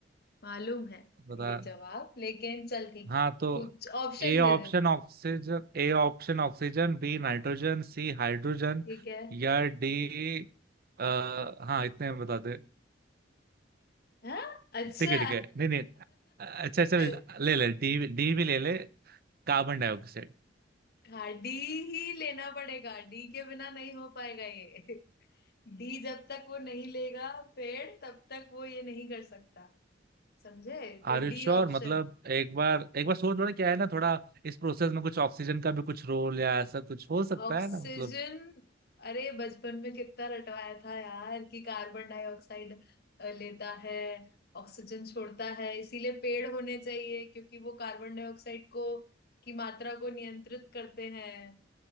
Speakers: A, on the left; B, on the right.
A: मालूम है
B: बता
A: ये जवाब लेकिन चल ठीक
B: हाँ
A: है
B: तो
A: कुछ ऑप्शन
B: A option
A: दे दे तू।
B: oxygen A option oxygen B nitrogen C hydrogen
A: ठीक है
B: या डी आ, हाँ इतने बता दे
A: हाँ अच्छा
B: ठीक है ठीक है नहीं नहीं अच्छा चल
A: <laughs>
B: ले ले डी डी भी ले ले carbon dioxide
A: हाँ डी ही लेना पड़ेगा डी के बिना नहीं हो पाएगा ये <laughs> डी जब तक वो नहीं लेगा पेड़ तब तक वो ये नहीं कर सकता समझे तो
B: Are you
A: डी
B: sure
A: ऑप्शन
B: मतलब एक बार एक बार सोच लो ना क्या है ना थोड़ा इस प्रोसेस में कुछ ऑक्सीजन का भी कुछ रोल या ऐसा कुछ हो सकता
A: ऑक्सीजन
B: है ना मतलब
A: अरे बचपन में कितना रटवाया था यार कि कार्बन डाइऑक्साइड अ, लेता है ऑक्सीजन छोड़ता है इसीलिए पेड़ होने चाहिए क्योंकि वो कार्बन डाइऑक्साइड को की मात्रा को नियंत्रित करते हैं